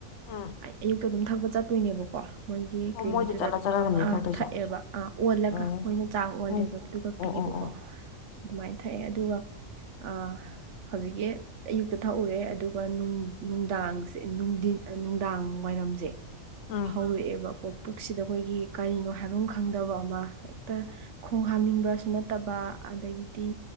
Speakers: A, on the left (about 60°); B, on the right (about 65°).
A: ꯎꯝ
B: ꯑꯌꯨꯛꯇ ꯑꯗꯨꯝ ꯊꯛꯄ ꯆꯠꯇꯣꯏꯅꯦꯕꯀꯣ ꯃꯣꯏꯒꯤ
A: ꯑꯣ
B: ꯀ꯭ꯂꯤꯅꯤꯛꯇꯨꯗ
A: ꯃꯣꯏꯗ ꯆꯠꯂ ꯆꯠꯂꯒꯅꯤ
B: ꯑꯥ
A: ꯊꯛꯇꯣꯏꯁꯦ
B: ꯊꯛꯑꯦꯕ ꯑꯥ ꯑꯣꯜꯂꯒ
A: ꯎꯝ
B: ꯃꯣꯏꯅ ꯆꯥꯡ ꯑꯣꯜꯂꯦꯕꯗꯨꯒ
A: ꯎꯝ ꯑꯣ
B: ꯄꯤꯕꯀꯣ
A: ꯑꯣ ꯑꯣ
B: ꯑꯗꯨꯃꯥꯏꯅ ꯊꯛꯑꯦ ꯑꯗꯨꯒ ꯑ ꯍꯧꯖꯤꯛꯀꯤ ꯑꯌꯨꯛꯇ ꯊꯛꯎꯔꯦ ꯑꯗꯨꯒꯅꯨꯡ ꯅꯨꯡꯗꯥꯡꯁꯦ ꯅꯨꯡ ꯅꯨꯡꯗꯥꯡ ꯋꯥꯏꯔꯝꯖꯦ <inaudible>
A: ꯑ
B: ꯍꯧꯔꯛꯑꯦꯕꯀꯣ ꯄꯨꯛꯁꯤꯗ ꯑꯩꯈꯣꯏꯒꯤ ꯀꯔꯤꯅꯣ ꯍꯥꯏꯕꯝ ꯈꯪꯗꯕ ꯑꯃ ꯍꯦꯛꯇ ꯈꯣꯡ ꯍꯥꯝꯅꯤꯡꯕ꯭ꯔꯁꯨ ꯅꯠꯇꯕ ꯑꯗꯒꯤꯗꯤ